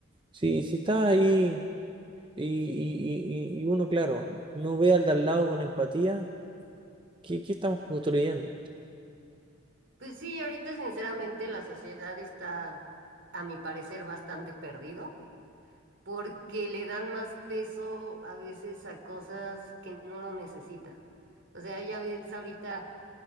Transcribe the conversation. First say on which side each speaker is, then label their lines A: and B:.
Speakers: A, on the right; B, on the right.
A: si, si está ahí y, y, y, y uno, claro, no ve al de al lado con empatía, ¿qué, qué estamos construyendo?
B: Pues sí, ahorita sinceramente la sociedad está, a mi parecer, bastante perdido. porque le dan más peso a veces a cosas que no lo necesita. O sea, ya ves ahorita